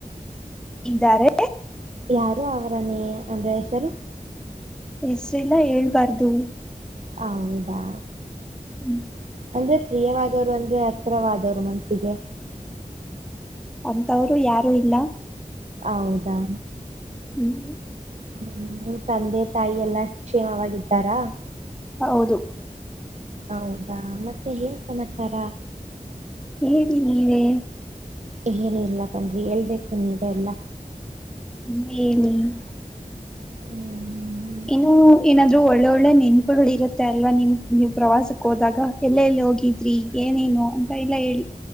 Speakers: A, in the centre; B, on the right.
A: ಇದ್ದಾರೆ
B: ಯಾರು ಅವರನೇ ಅಂದ್ರ ಹೆಸರು
A: ಹೆಸ್ರೇಲ್ಲಾ ಹೇಳ್ಬಾರ್ದು
B: ಹೌದಾ
A: ಹ್ಮ್
B: ಅಂದ್ರೆ ಪ್ರಿಯವಾದವರು ಅಂದ್ರೆ ಹತ್ರವಾದವರು ಮನ್ಸ್ಸಿಗೆ
A: ಅಂತವ್ರು ಯಾರು ಇಲ್ಲ
B: ಹೌದಾ
A: ಹ್ಮ್
B: ಹ್ಮ್ ನಿಮ್ ತಂದೆ ತಾಯಿ ಎಲ್ಲಾ ಕ್ಷೇಮವಾಗಿದ್ದಾರಾ
A: ಹೌದು
B: ಹೌದಾ ಮತ್ತೆ ಏನ್ ಸಮಾಚಾರ
A: ಹೇಳಿ ನೀವೆ
B: ಏನು ಇಲ್ಲ ಕಣ್ರಿ ಹೇಳ್ಬೇಕು ನೀವೆ ಎಲ್ಲಾ
A: ನೀವೇ ಹೇಳಿ
B: ಹ್ಮ್
A: ಏನು ಏನಾದ್ರು ಒಳ್ಳೆ ಒಳ್ಳೆ ನೆನಪುಗಳು ಇರುತ್ತೆ ಅಲ್ವಾ ನಿಮ್ ನೀವ್ ಪ್ರವಾಸಕ್ ಹೋದಾಗ ಎಲ್ಲ ಎಲ್ಲಿ ಹೋಗಿದ್ರಿ ಏನೇನು ಅಂತ ಎಲ್ಲ ಹೇಳಿ